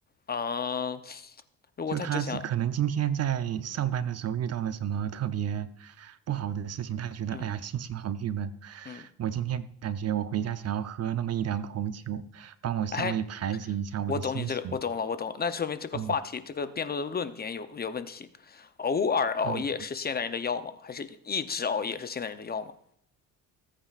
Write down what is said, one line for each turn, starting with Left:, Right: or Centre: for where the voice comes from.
Left: 嗯，如果他只想，
Right: 就他今可能今天在上班的时候遇到了什么特别不好的事情，他觉得哎呀心情好郁闷。
Left: 嗯嗯，
Right: 我今天感觉我回家想要喝那么一两口酒，帮我稍微排解一下我的心情。
Left: 哎，我懂你这个，我懂了，我懂了，那说明这个话题，
Right: 嗯，
Left: 这个辩论的论点有有问题。偶尔熬夜是现代人的药吗？
Right: 哦，
Left: 还是一直熬夜是现代人的药吗？